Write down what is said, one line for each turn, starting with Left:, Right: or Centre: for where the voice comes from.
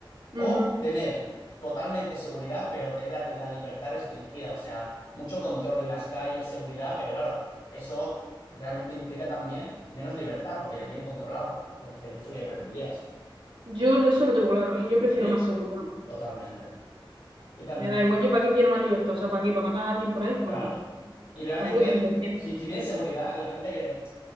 Right: Ujú.
Left: O tener totalmente seguridad, pero tener la, la libertad restringida. O sea, mucho control en las calles, seguridad, pero claro, eso realmente implica también menos libertad, porque te tienen controlado. Entonces, no sé qué preferirías.
Right: Yo lo- eso lo tengo claro, ¿eh? Yo prefiero
Left: Sí,
Right: más seguridad.
Left: totalmente. Yo también.
Right: Me da igual, ¿yo para qué quiero más libertad? O sea, ¿para qué? ¿Para matar a alguien por ahí? Pues
Left: Claro.
Right: no,
Left: Y realmente,
Right: tampoco tengo intención.
Left: si si tienes seguridad, la gente que,